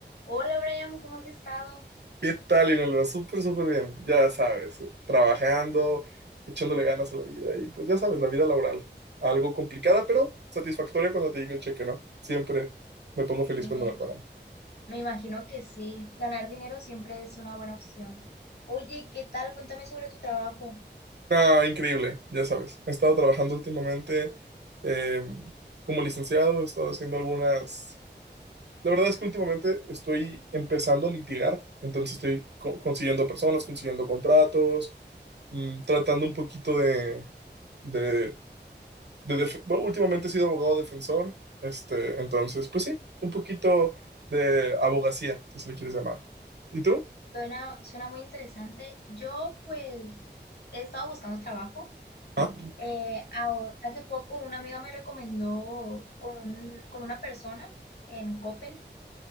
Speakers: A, on the left; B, on the right.
A: Hola Brian, ¿cómo has estado?
B: ¿Qué tal, Inelva? Súper, súper bien. Ya sabes, trabajando, echándole ganas a la vida y pues ya sabes, la vida laboral. Algo complicada, pero satisfactoria cuando te llega el cheque, ¿no? Siempre me pongo feliz
A: Sí,
B: cuando
A: me,
B: me pagan.
A: me imagino que sí. Ganar dinero siempre es una buena opción. Oye, ¿qué tal? Cuéntame sobre tu trabajo.
B: Ah, increíble, ya sabes. He estado trabajando últimamente eh, como licenciado, he estado haciendo algunas... La verdad es que últimamente estoy empezando a litigar, entonces estoy co- consiguiendo personas, consiguiendo contratos, mm, tratando un poquito de... de de def- bueno, últimamente he sido abogado defensor, este, entonces, pues sí, un poquito de abogacía, si se le quieres llamar. ¿Y tú?
A: Suena, suena muy interesante. Yo, pues, he estado buscando trabajo.
B: Ah,
A: Eh, aho- hace poco una amiga me recomendó con, un- con una persona en Coppel